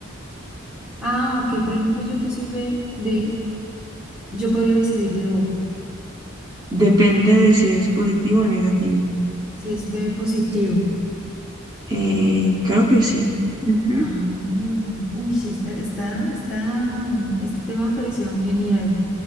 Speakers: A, in the centre; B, on the right (about 20°).
A: Ah, ok. Por ejemplo, yo que soy B, B, yo podría recibir de O,
B: Depende de si es positivo o negativo.
A: si es B positivo.
B: Eh, creo que sí. Ujú,
A: Ah, uy, sí, está, está, está, um, este tema me pareció genial.